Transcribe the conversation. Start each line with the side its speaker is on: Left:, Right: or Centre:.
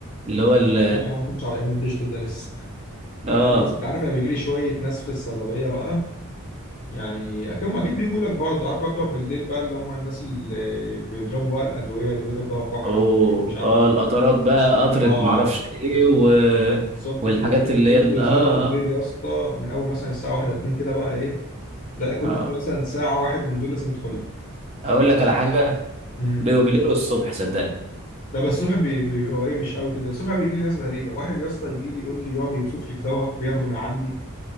Right: اللي هو ال
Left: اه لا يا عم ما كنتش على ان الديجيتال ده لسه
Right: اه
Left: لا، بس انت عارف انا بيجي لي شويه ناس في الصيدليه بقى يعني اكيد هم اكيد بيجوا لك برضه عارف بقى بتوع بالليل بقى اللي هم الناس اللي بيضربوا بقى الادويه اللي بيضرب دواء كحه
Right: اوه
Left: مش عارف
Right: اه
Left: ايه
Right: القطرات بقى قطره
Left: اه
Right: معرفش ايه و...
Left: بالظبط
Right: والحاجات
Left: كده
Right: اللي
Left: دول
Right: هي ال-
Left: بيظهروا
Right: اه
Left: بالليل
Right: اه
Left: يا اسطى من اول مثلا الساعه 1 2 كده بقى ايه تلاقي كل
Right: اه
Left: مثلا ساعه واحد من دول لازم يدخل لك
Right: اقول لك على حاجه
Left: امم
Right: بيبقوا بالليل والصبح صدقني
Left: لا بس الصبح بي- بيبقى ايه مش قوي كده الصبح بيجي لي ناس غريبه واحد يا اسطى يجي لي يقول لي يقعد يوصف لي في دواء بياخده من عندي